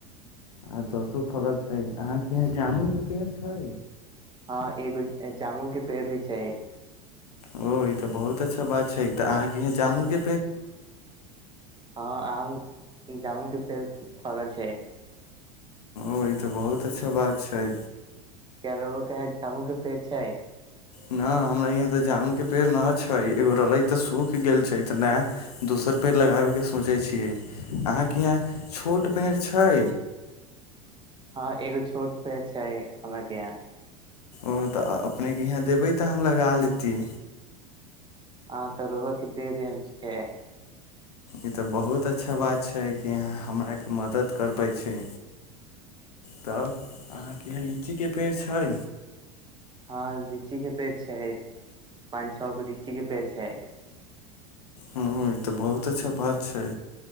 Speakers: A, on the left (about 80°); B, on the right (about 25°).
A: आ दसो फड़ल छै, अहाँकेँ यह जामुनक के पेड़ छै
B: हँ, एगो जामुनके पेड़ भी छै।
A: ओ ई तऽ बहुत अच्छा बात छै, तऽ अहाँकेँ यहाँ जामुन के
B: हँ, आम जामुन के पेड़ फड़ल छै।
A: ओ ई तऽ बहुत अच्छा बात छै।
B: रौआ केगो के है जामुन के पेड़ है
A: नहि हमरा यहाँ तऽ जामुन के पेड़ न छै, एगो रहलै तऽ सूख गेल छै, तऽ नहि दोसर पेड़ लगाबै के सोचैत छियै अहाँकेँ यहाँ छोट पेड़ छै।
B: हँ, एगो छोट पेड़ छै हमरा के यहा
A: ओ तऽ अपने के यहाँ देबै तऽ हम लगा लैतियै
B: हँ तऽ रौआ किदे दे छै
A: ई तऽ बहुत अच्छा बात छै, कि यहाँ हमरा के मदद करबै छै। तब अहाँकेँ लीची के पेड़ छै
B: हँ, लीची के पेड़ छै, पाँंच छओ गो लीची के पेड़ छै।
A: हूँ ई तऽ बहुत अच्छा बात छै,